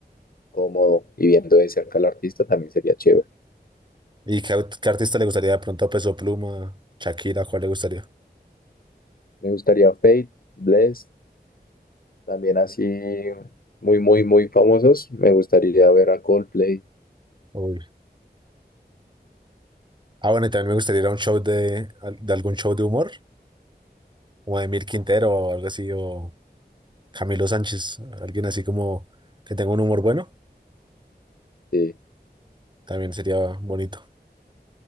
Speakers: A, on the left (about 60°); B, on the right (about 25°).
A: cómodo y viendo de cerca al artista también sería chévere.
B: ¿Y qué, aut- qué artista le gustaría de pronto? Peso Pluma, Shakira, ¿cuál le gustaría?
A: Me gustaría Fate, Bless, también así muy, muy, muy famosos. Me gustaría ver a Coldplay.
B: Uy. Ah, bueno, y también me gustaría ir a un show de, de algún show de humor, como de Emil Quintero o algo así, o Camilo Sánchez, alguien así como que tenga un humor bueno,
A: sí.
B: también sería bonito.